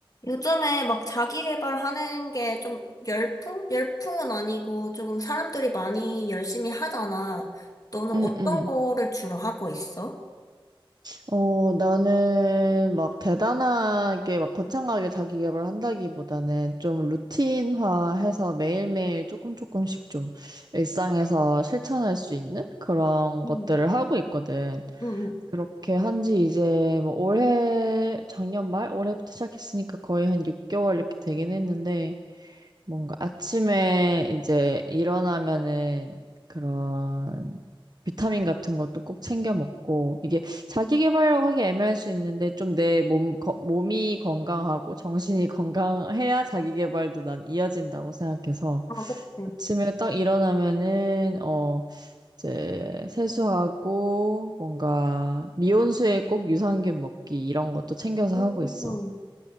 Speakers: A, on the left; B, on the right.
A: 요즘에 막 자기 개발하는 게 좀 열풍? 열풍은 아니고 조금 사람들이 많이 열심히 하잖아. 너는
B: 응,
A: 어떤
B: 응.
A: 거를 주로 하고 있어?
B: 어, 나는 막 대단하게 막 거창하게 자기 개발 한다기보다는 좀 루틴화해서 매일매일 조금 조금씩 좀 일상에서 실천할 수 있는 그런
A: 음,
B: 것들을 하고 있거든.
A: 응, 응.
B: 그렇게 한지 이제 뭐 올해 작년 말 올해부터 시작했으니까 거의 한 6개월 이렇게 되긴 했는데 뭔가 아침에 이제 일어나면은 그런 비타민 같은 것도 꼭 챙겨 먹고 이게 자기 개발이라고 하기 애매할 수 있는데 좀 내 몸, 거- 몸이 건강하고 정신이 <laughs> 건강해야 자기 개발도 난 이어진다고 생각해서
A: 어, 그치.
B: 아침에 딱 일어나면은 어 이제 세수하고 뭔가 미온수에 꼭 유산균 먹기 이런 것도 챙겨서
A: 음,
B: 하고 있어.